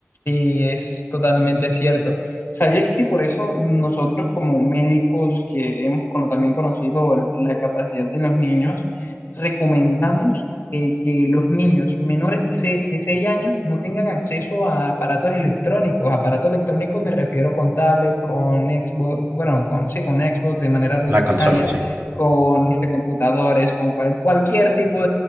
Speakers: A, on the left (about 55°); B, on the right (about 55°).
A: Sí, es totalmente cierto. ¿Sabías que por eso nosotros como médicos que hemos cono- también conocido la capacidad de los niños, recomendamos eh, que los niños menores de, se- de 6 años no tengan acceso a aparatos electrónicos? Aparatos electrónicos me refiero con tablet, con Xbox, bueno, con, sí, con Xbox de manera rutinaria,
B: La consola, sí.
A: con este, computadores, con cual- cualquier tipo